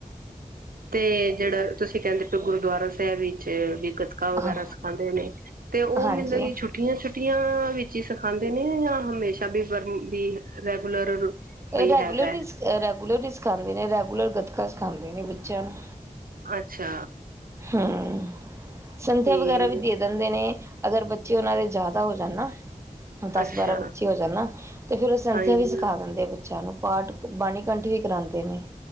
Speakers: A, on the right; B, on the right.
A: ਤੇ ਜਿਹੜਾ ਤੁਸੀਂ ਕਹਿੰਦੇ ਪਏ ਓ ਗੁਰਦੁਆਰਾ ਸਾਹਿਬ ਵਿੱਚ ਵੀ ਗਤਕਾ ਵਗੈਰਾ
B: ਹਾਂ
A: ਸਿਖਾਂਦੇ ਨੇ ਤੇ ਉਹ
B: ਹਾਂਜੀ
A: ਮਤਲਬ ਛੁੱਟੀਆਂ ਛੱ ਛੁੱਟੀਆਂ ਵਿੱਚ ਹੀ ਸਿਖਾਦੇ ਨੇ ਜਾਂ ਹਮੇਸ਼ਾ ਵੀ ਵੀ ਰੈਗੂਲਰ
B: ਇਹ
A: ਬਈ
B: ਰੈਗੂਲਰ
A: ਹੈਗਾ ਹੈ
B: ਵੀ ਰੈਗੂਲਰ ਵੀ ਸਿਖਾਉਂਦੇ ਨੇ, ਰੈਗੂਲਰ ਗੱਤਕਾ ਸਿਖਾਉਂਦੇ ਨੇ ਬੱਚਿਆਂ ਨੂੰ।
A: ਅੱਛਾ।
B: ਹਾਂ। ਸੰਧਿਆ
A: ਠੀਕ
B: ਵਗੈਰਾ ਵੀ ਦੇ ਦਿੰਦੇ ਨੇ। ਅਗਰ ਬੱਚੇ ਉਹਨਾਂ ਦੇ ਜ਼ਿਆਦਾ ਹੋ ਜਾਨਾ। ਦਸ
A: ਅੱਛਾ
B: -ਬਾਰਾਂ ਬੱਚੇ ਹੋ ਜਾਂਣਾ ਨਾ। ਤੇ ਫੇਰ ਉਹ ਸੰਥੀਆਂ
A: ਹਾਂਜੀ
B: ਵੀ ਸਿਖਾ ਦਿੰਦੇ ਆ ਬੱਚਿਆਂ ਨੂੰ ਪਾਠ ਬਾਣੀ ਕੰਠ ਵੀ ਕਰਾਉਂਦੇ ਨੇ।